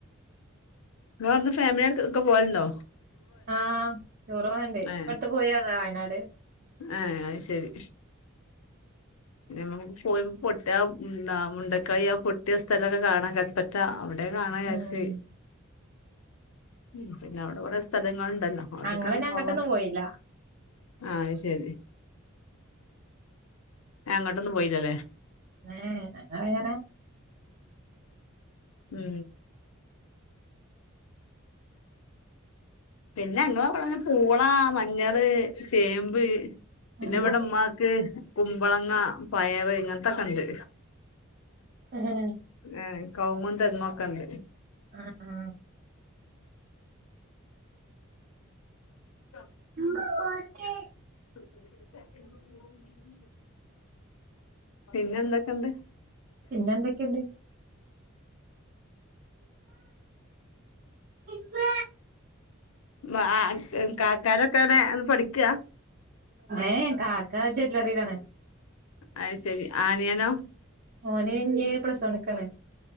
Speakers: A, on the left; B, on the right.
A: ങ്ങളടന്ന് ഫാമിലിയക്കെ പോകലുണ്ടോ
B: ആഹ് ടൂർ പോവാലുണ്ട് ഇപ്പ
A: ഏഹ്
B: ആടുത്ത പോയി വന്നതാ വയനാട്
A: ഏഹ് ആയി ശരി നമുക്ക് പോയി പൊട്ടയ മുണ്ടക്കായി ആഹ് പൊട്ടിയ സ്ഥലമൊക്കെ കാണാൻ പറ്റാ അവിടെ എഹ് കാണാ വിചാരിച്ച്
B: ഉം
A: ഉം പിന്നെ അവിടെ കുറെ സ്ഥലങ്ങളുണ്ടല്ലോ അവിടൊക്കെ
B: ഞങ്ങൾ
A: ഒന്ന്
B: പിന്നെ അങ്ങട്ടൊന്നും
A: പോവാ
B: പോയില്ല
A: ആഹ് അത് ശരി അങ്ങോട്ടൊന്നും പോയില്ലല്ലേ
B: ഏഹ് അയാനാ
A: ഉം പിന്നെ ഞങ്ങടാ ഇവിടെ പൂള മഞ്ഞള് ചേമ്പ് പിന്നെ
B: ഉം,
A: ഇവിടെ ഉമ്മാക്ക് കുമ്പളങ്ങ പയർങ്ങനത്തൊക്കെണ്ട്
B: ഉം,
A: ഏഹ് കൗങ്ങും തെങ്ങും ഒക്ക ഉണ്ട്
B: ആഹ് ആഹ്
A: <unintelligible>
B: <unintelligible>
A: <inaudible> പിന്നെന്തൊക്കെണ്ട്
B: പിന്നെന്തക്കെ ക്ക്ണ്ടെ
A: ബാ <unintelligible> കാക്കാരൊക്കെ എവ്ടെ പഠിക്കാ
B: ഏ കാക്ക ജ്വല്ലറിയിലാണ്
A: അയ് ശരി ആനിയനോ
B: ഓന് ഞ്ഞി പ്ലസ് വണ്ക്കാണ്